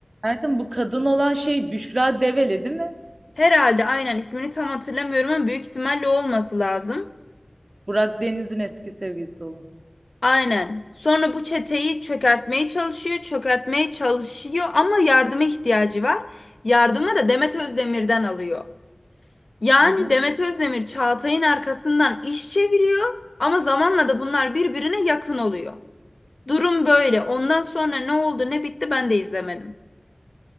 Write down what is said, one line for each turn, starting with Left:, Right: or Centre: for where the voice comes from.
Right: zaten bu kadın olan şey Büşra Develi değil mi?
Left: Herhalde aynen ismini tam hatırlamıyorum ama büyük ihtimalle o olması lazım.
Right: Burak Deniz'in eski sevgilisi olan.
Left: Aynen. Sonra bu çeteyi çökertmeye çalışıyor, çökertmeye çalışıyor ama yardıma ihtiyacı var. Yardımı da Demet Özdemir'den alıyor. Yani
Right: Hı hı.
Left: Demet Özdemir Çağatay'ın arkasından iş çeviriyor ama zamanla da bunlar birbirine yakın oluyor. Durum böyle. Ondan sonra ne oldu ne bitti ben de izlemedim.